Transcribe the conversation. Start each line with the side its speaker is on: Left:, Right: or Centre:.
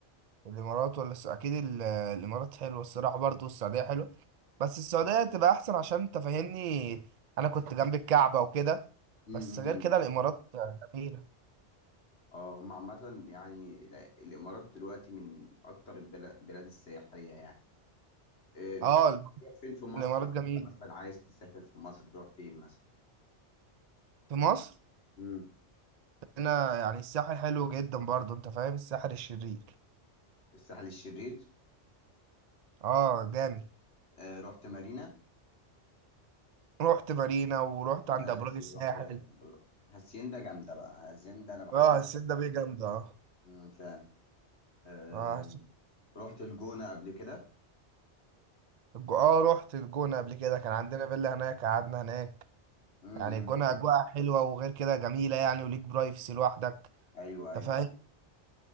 Right: الامارات ولا الس- اكيد ال- الامارات حلوه الصراحه برضه والسعوديه حلوه بس السعوديه تبقى احسن عشان انت فاهمني انا كنت جنب الكعبه وكده
Left: امم
Right: بس غير كده الامارات جميله
Left: اه هم عامة يعني الع- الإمارات دلوقتي من أكتر البلاد السياحية يعني آه، بتحب
Right: اه
Left: تروح فين في مصر
Right: الامارات
Left: لو
Right: جميله
Left: أنت مثلا عايز تسافر في مصر تروح فين مثلا؟
Right: في مصر
Left: مم.
Right: هنا يعني الساحل حلو جدا برضه انت فاهم الساحل الشرير
Left: الساحل الشرير
Right: اه جامد
Left: آه، رحت مارينا
Right: رحت مارينا ورحت
Left: ورحت مراسي
Right: عند ابراج الساحل
Left: ورحت هاسيندا جامدة بقى هاسيندا أنا بحب
Right: اه
Left: هاسيندا
Right: السيدة بيه جامدة اه
Left: مم، فعلا آه،
Right: اه الس-
Left: رحت الجونة قبل كده
Right: الج- اه رحت الجونة قبل كده كان عندنا فيلا هناك قعدنا هناك
Left: مم،
Right: يعني
Left: مم،
Right: الجونة
Left: مم.
Right: اجواء حلوة وغير كده جميلة يعني وليك برايفسي لوحدك
Left: أيوه أيوه
Right: انت فاهم
Left: أيوة.